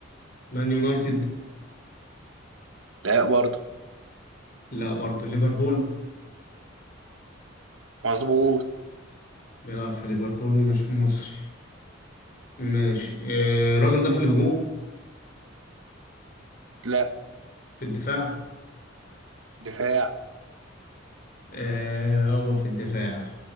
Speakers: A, on the left; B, on the right.
A: مان يونايتد
B: لا برضه
A: لا برضه ليفربول
B: مظبوط
A: بيلعب في ليفربول ومش مصري ماشي آه، الراجل ده في الهجوم
B: لا
A: في الدفاع
B: دفاع
A: آه هو في الدفاع